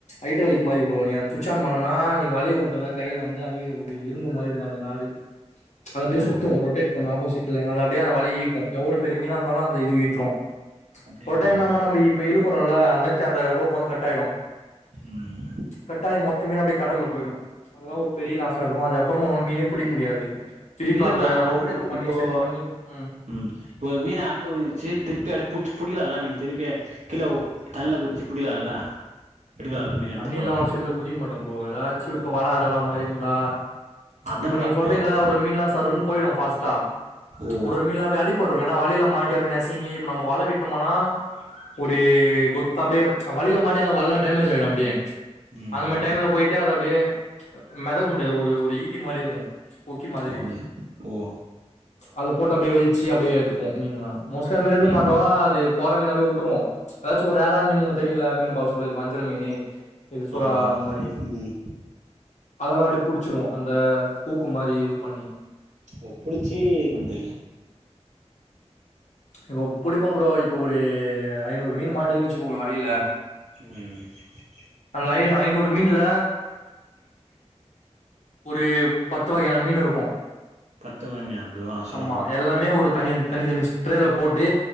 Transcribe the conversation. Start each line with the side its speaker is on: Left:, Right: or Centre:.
Left: ஐட்ரலிக் மாரி ப்ரோ நீ சுவிட்ச் ஆன் பண்ணனா நீ வலைய உட்டல்ல கயிறு வந்து அதுவே ஒரு இரும்பு மாரி இருக்கும் அந்த நாறு அது அப்டியே
Right: ஓ
Left: சுத்தும் ரொடேட் பண்ணு ஆப்போசிட்லே அது அப்டியே அந்த வலய இழுக்கு எவ்ளோ பெரிய மீனா இருந்தாலு அந்த இது இழுத்துரு
Right: அப்டியா
Left: ஒரு டைம்
Right: ப்ரோ
Left: நானானா நம்ப இப்ப இழுக்குறோல அந்த அந்த ரோப் வந்து கட்டு ஆய்டு
Right: ம்
Left: கட் ஆயி மொத்த மீனு அப்டியே கடல்ல போய்டு அது எல்லா ஒரு பெரிய லாசா இருக்கு அது அப்புறோ உன்னால் மீனே புடிக்க முடியாது திருப்பி
Right: இல்ல
Left: அந்த
Right: ப்ரோ அறுந்து
Left: ரோப் இது பண்ணி
Right: இப்போ
Left: செட் பண்ணி ம்
Right: ம் இப்ப ஒரு மீன் அறுந்து போய்டுச்சு திருப்பி அப்டியே புடுச்சு புடிக்கலா இல்ல திருப்பி அ கிழ ஒ தண்ணல புச்சு புடிக்கலால்ல எடுக்கலால்ல மீன் எடுத்து
Left: தண்ணில
Right: போடலால்ல
Left: எல்லா அவ்ளொ சீக்கரோ குதிக்க மாட்டோ ப்ரோ எதாச்சு இப்ப வல அறலற மாரி இருந்தா
Right: அதா
Left: இப்ப நீங்க சொல்றீங்கல்ல
Right: ப்ரோ அப்போ
Left: ஒரு ஒரு மீன்லா சருன்ன போய்டு ஃபாஸ்டா
Right: ஓ
Left: ஒரு ஒரு மீன் எல்லா அப்டி அடி போட்டுவன் னா எனா வலையில மாட்டி அப்டி நசுங்கி இப்ப நம்ம வல விட்டோமனா ஒரு குத்தா அப்டியே வலைல மாட்டி அந்த வலை டேமேஜ் ஆயிடு அபடியே
Right: ம்
Left: அந்த மாதி டைம்ல போய் அது அப்டியே மெதக்க முடியாது ஒரு ஒரு ஈட்டி மாரி இருக்கு கொக்கி மாதிரி
Right: ஓ அப்டியா ஓ
Left: அது போட்டு அப்டியே வெள்ச்சு அப்டியே எடுத்துப்போ மீன்லா மோஸ்டா அதுல
Right: அப்டியா
Left: எடுக்க மாட்டோ அது போற மீ அப்டியே உட்டுருவோ எதாச்சு ஒரு ரேர் ஆனா மீன் உங்களுக்கு தெரியுல்ல மீனு பௌஸ் ஃபுல்லு இது வஞ்சர மீன்னு இது சுறா
Right: ஆமா ப்ரோ
Left: அந்த மாரி
Right: ம்
Left: அதெல்லா அப்டி புடிச்சிருவோ அந்த ஹுக்கு மாரி இது பண்ணி
Right: ஓ புடிச்சி இது பண்றீங்க
Left: இப்போ புடிப்போம் ப்ரோ இப்போ ஒரு ஐநூறு மீன் மாட்டுதுன்னு வச்சுக்கோங்க ஒரு வலையில்ல
Right: ம்
Left: அந்த ஆயிரோ ஐநூறு மீன்ல ஒரு பத்து வகையான மீன் இருக்கு
Right: பத்து வகையான மீனா ஆ சொல்லுங்க
Left: ஆமா
Right: ப்ரோ
Left: எல்லாமே ஒரு தனியன் தனி தனி ஸ்ட்ரேல போட்டு